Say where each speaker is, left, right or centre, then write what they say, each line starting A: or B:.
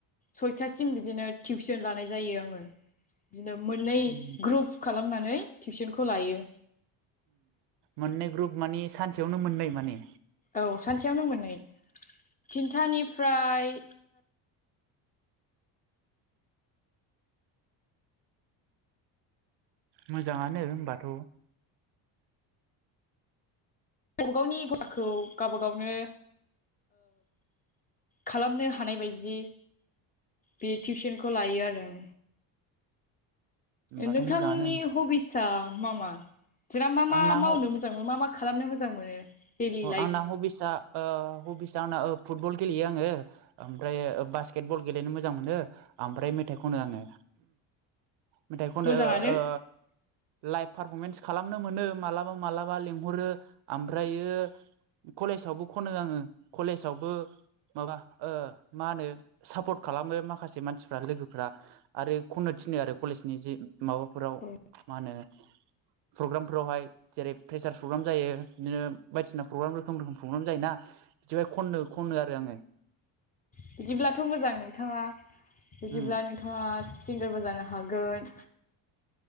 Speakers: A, on the left; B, on the right.
A: सयथासिम बिदिनो टिउसन लानाय जायो आङो बिदिनो मोननै
B: उम
A: ग्रुप खालामनानै टिउसनखौ लायो
B: मोननै ग्रुप मानि सानसेयावनो मोननै माने
A: औ सानसेयावनो मोननै थिनथानिफ्राय
B: मोजाङानो होमबाथ'
A: गावबा गावनि खरसाखौ गावबा गावनो खालामनो हानाय बायदि बे टिउसनखौ लायो आरो आं
B: होमबाथ'
A: नोंथांनि
B: मोजाङानो
A: हबिसा मा मा बिराद मा मा
B: आंना
A: मावनो
B: ह
A: मोजां मोनो मा मा खालामनो मोजां मोनो दैलि लाइफ
B: आंना हबिसा हबिसा आंना ओ फुटबल गेलेयो आङो ओमफ्राय बास्केट बल गेलेनो मोजां मोनो ओमफ्राय मेथाइ खनो आङो मेथाइ खनो
A: मोजाङानो
B: ओ लाइफ पारफरमेन्स खालामनो मोनो मालाबा मालाबा लिंहरो ओमफ्रायो कलेजावबो खनो आङो कलेजावबो माबा ओ मा होनो सापर्ट खालामो माखासे मानसिफ्रा लोगोफ्रा आरो खननो थिनो आरो कलेजनि जि माबाफोराव
A: औ
B: मा होनो प्रग्रामफोरावहाय जेरै प्रेसार प्रग्राम जायो बिदिनो बायदिसिना प्रग्राम रोखोम रोखोम प्रग्राम जायोना बिदि खननो खनो आरो आङो
A: बिदिब्लाथ' मोजां नोंथाङा बिदिब्ला
B: उम
A: नोंथाङा सिंगारबो जानो हागोन